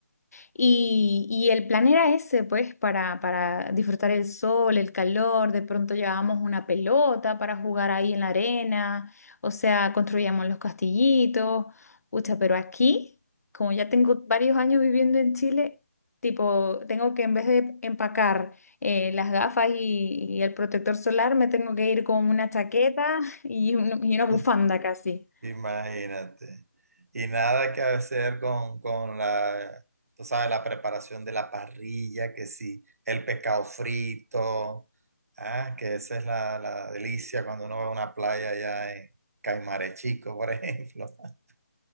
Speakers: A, on the left (about 70°); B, on the right (about 65°).
A: Y, y el plan era ese, pues, para, para disfrutar el sol, el calor, de pronto llevábamos una pelota para jugar ahí en la arena, o sea, construíamos los castillitos, ucha, pero aquí, como ya tengo varios años viviendo en Chile, tipo, tengo que en vez de empacar eh, las gafas y, y el protector solar, me tengo que ir con una chaqueta <laughs> y, un- y una bufanda
B: <laughs>
A: casi.
B: Imagínate. Y nada que hacer con, con la, tú sabes, la preparación de la parrilla, que sí, el pescado frito, ah, que esa es la, la delicia cuando uno va a una playa allá en Caimares Chico, por ejemplo. <laughs>